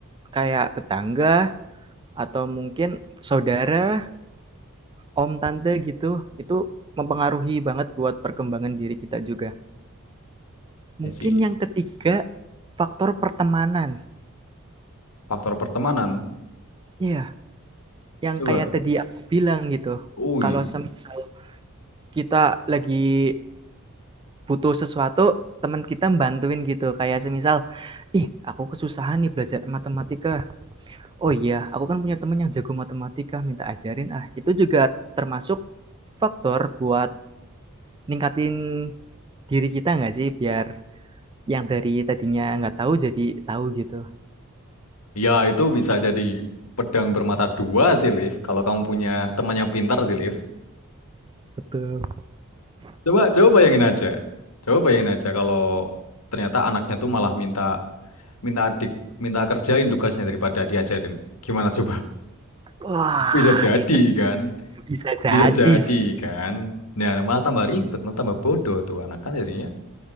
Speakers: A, on the right (about 20°); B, on the left (about 85°).
A: kayak tetangga atau mungkin saudara, om, tante gitu, itu mempengaruhi banget buat perkembangan diri kita juga. Mungkin
B: I see.
A: yang ketiga, faktor pertemanan.
B: Faktor pertemanan,
A: Iya, yang
B: coba.
A: kayak tadi aku bilang gitu,
B: Ui,
A: kalau semisal kita lagi butuh sesuatu, teman kita bantuin gitu, kayak semisal, "Ih, aku kesusahan nih belajar matematika. Oh iya, aku kan punya teman yang jago matematika, minta ajarin ah." Itu juga termasuk faktor buat ningkatin diri kita nggak sih? Biar yang dari tadinya nggak tahu jadi tahu gitu.
B: ya itu bisa jadi pedang bermata dua sih, Liv. Kalau kamu punya temannya pintar sih, Liv.
A: Betul.
B: Coba, coba bayangin aja. Coba bayangin aja kalau ternyata anaknya tuh malah minta, minta adik, minta kerjain tugasnya daripada diajarin. Gimana coba?
A: Wah,
B: Bisa jadi
A: itu
B: kan,
A: sih Bisa jadi
B: bisa jadi
A: sih.
B: kan. Nah, malah tambah ribet, malah tambah bodoh tuh anak kan jadinya.